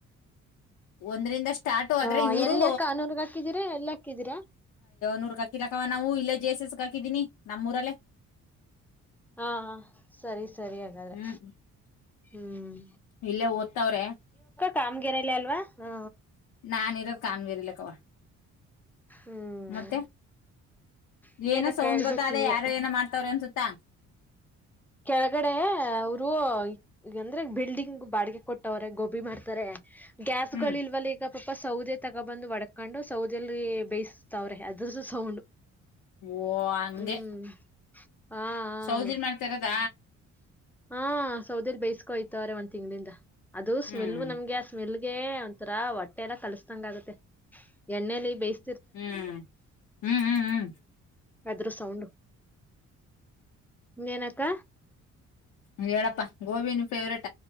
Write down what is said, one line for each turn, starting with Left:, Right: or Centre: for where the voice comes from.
Left: ಒಂದರಿಂದ ಸ್ಟಾರ್ಟ ಆದ್ರೆ
Centre: ಹಾ
Left: ಇರು
Centre: ಎಲ್ಲಿ ಅಕ್ಕ ಅನೂರ್ಗ್ ಹಾಕಿದಿರಾ ಎಲ್ಲಿ ಹಾಕಿದಿರಾ
Left: ನೂಕಲ ನಾ ಇಲ್ಲ ಜ ಹಾಕಿದೀನಿ ನಮ್ಮೂರಲ್ಲೇ
Centre: ಹಾ ಸರಿ ಸರಿ ಹಾಗಾದ್ರೆ
Left: ಹ್ಮ್್ಮ
Centre: ಹ್ಮ್
Left: ಇಲ್ಲೇ ಓದ್ತವ್ರೆ
Centre: ಕಾಮ ಗೆರೆಲೇ ಅಲ್ವಾ ಹಾ
Left: ನಾ ನಿರೋದ ಕಾಮಗಿರಿಲ್ಲ ಕವ
Centre: ಹ್ಮ್
Left: ಮತ್ತೆ
Centre: ಇನ್ನೇನಕ್ಕ
Left: ಏನ ಸೌಂಡ್
Centre: ಹೇಳ್ಬೇಕು
Left: ಬತ್ತಾದ್ರೆ
Centre: ನೀವೇ
Left: ಯಾರ ಏನ ಮಾಡ್ತವ್ರ ಅನ್ಸುತ್ತ ತ್ತ
Centre: ಕೆಳಗಡೆ ಅವರು ಈಂದ್ರೆ ಬಿಲ್ಡಿಂಗ್ ಬಾಡಿಗೆ ಕೊಟ್ಟವ್ರೆ ಗೋಬಿ ಮಾಡ್ತಾರೆ ಗ್ಯಾಸ್
Left: ಹ್ಮ್
Centre: ಗಳ ಇಲ್ವಲ್ಲ ಈಗ ಪಾಪ ಸೌದೆ ತಗ ಬಂದುಒಡಕೊಂಡು ಸೌದೆೆಯಲ್ಲಿ ಬೇಯಿಸತಾವ್ರೆ ಅದ್ರದ್ದು ಸೌಂಡ್
Left: ಓ ಅಂಗೆ
Centre: ಹ್ಮ್ ಹಾ ಹಾ
Left: ಸೌದಿಯಲ್ಲಿ ಮಾಡತಾರದ
Centre: ಹಾ ಸೌದರಿ ಬೇಸ್ಕೊಯ್ತವಾರೆ ಒಂದ್ ತಿಂಗಗಳಿಂದ ಅದು ಸ್ಮೆಲ್
Left: ಹ್ಮ್
Centre: ನಮ್ಗೆ ಆ ಸ್ಮೆಲ್ ನಂಗೆ ಒಂಥರ ಹೊಟ್ಟೆ ಎಲ್ಲ ಕಲ್ಸತಂಗ ಆಗುತ್ತೆ ಎಣ್ಣೆ ಬೈಸ
Left: ಹ್ಮ್ ಹ್ಮ್ ಹ್ಮ್ ಹ್ಮ್
Centre: ಅದ್ರ ಸೌಂಡ್ ಇನ್ನು ಎನಅಕ್ಕ
Left: ಅ ಹೇಳಪ್ಪ ಗೋಬಿ ನೀ ಫೇವ್ರೇಟ್